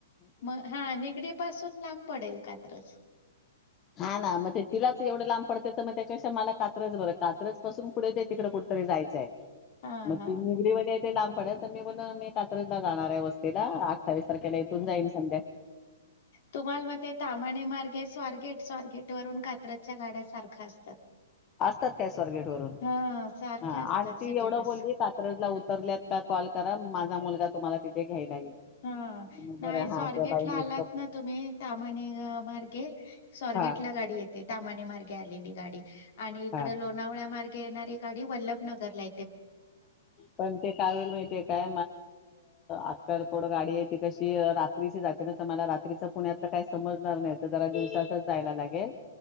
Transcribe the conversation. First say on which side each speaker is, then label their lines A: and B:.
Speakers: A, on the left; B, on the left.
A: मग हा निगडी पासून लांब पडेल कात्रज.
B: हा ना मग ते तिलाच एवढं लांब पडते तर मग त्याच्या मला कात्रज बरं कात्रज पासून कुठे तिकडे कुठं तरी जायचंय.
A: हा
B: मग
A: हा
B: ती निगडीमध्ये
A: हा
B: ते लांब पडल तर मी बोलो मी कात्रला जाणार आहे वस्तीला. अठ्ठावीस तारखेला इथून जाईन संध्या
A: तुम्हाला मते तामाणे मार्गे स्वारगेट स्वारगेस्ट थेट वरून कात्रज च्या गाड्या सारखा असतात.
B: असतात काय स्वारगेट वरून.
A: हा सारख्या
B: हा
A: असतात
B: आणि ती
A: सिटी
B: एवढं
A: बस
B: बोलली कात्रजला उतरल्यात का कॉल करा माझा मुलगा तुम्हाला तिथे घ्यायला येईल
A: हा
B: मग
A: नाही
B: बरं हा
A: सॉरगेट
B: त्या बाईने
A: ला आलात
B: इतकं
A: ना तुम्ही तामाणे मार्गे सॉरगेट
B: हा
A: ला गाडी येते तामाने मार्गे आलेली गाडी आणि इकडे
B: हा
A: लोणावळ्या मार्गे येणारी गाडी वल्लभनगर ला
B: पण ते कावील माहितीय काय अकड गाडी आहे ती कशी रात्रीची जाते ना तर मला रात्रीच पुण्यातलं काय समजणार नाही जरा दिवसाच जायला लागेल